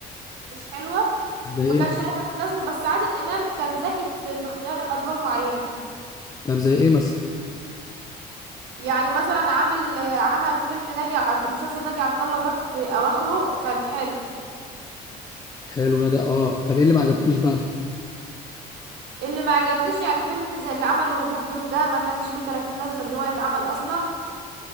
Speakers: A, on the right (about 80°); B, on the left (about 20°).
A: مش حلوه
B: زي
A: ما كانش
B: ايه
A: لها لازمه بس عادل امام كان ذكي في, في اختيار ادوار معينه
B: طب زي ايه مثلا
A: يعني مثلا عامل عمل فيلم ناجي عط... مسلسل ناجي عطا الله ده في اواخره كان حلو
B: حلو نادي اه طب ايه اللي ما عجبكيش بقى
A: اللي ما عجبنيش يعني فيلم زي اللي عمله بوبس ده ما كانش له 30 لازمه ان هو يتعمل اصلا